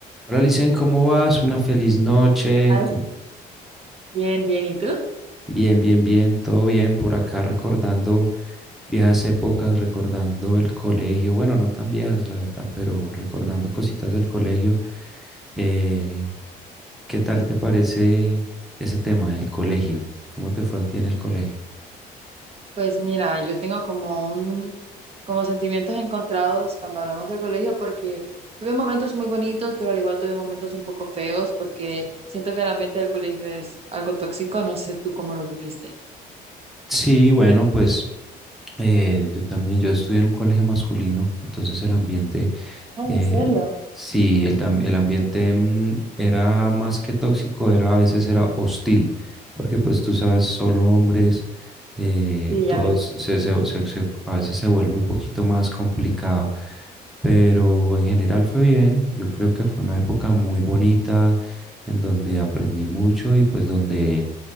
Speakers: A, in the centre; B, on the right.
A: Hola, Licen, ¿cómo vas? Una feliz noche.
B: Ay,
A: Com-
B: Bien, bien, ¿y tú?
A: Bien, bien, bien, todo bien por acá recordando viejas épocas, recordando el colegio. Bueno, no tan viejas, la verdad, pero recordando cositas del colegio. Eh, ¿qué tal te parece ese tema, el colegio? ¿Cómo te fue a ti en el colegio?
B: Pues mira, yo tengo como un, como sentimientos encontrados cuando hablamos del colegio porque tuve momentos muy bonitos, pero al igual tuve momentos un poco feos porque siento que el ambiente del colegio es algo tóxico, no sé tú cómo lo viviste.
A: Sí, bueno, pues eh, yo también, yo estudié en un colegio masculino, entonces el ambiente,
B: Ah, ¿En
A: eh,
B: serio?
A: sí, el, tam- el ambiente mm, era más que tóxico, era a veces era hostil, porque pues tú sabes, solo hombres, eh,
B: Sí, ya
A: todos,
B: me imagino.
A: se, se- se- se- a veces se vuelve un poquito más complicado, pero en general fue bien, yo creo que fue una época muy bonita en donde aprendí mucho y pues donde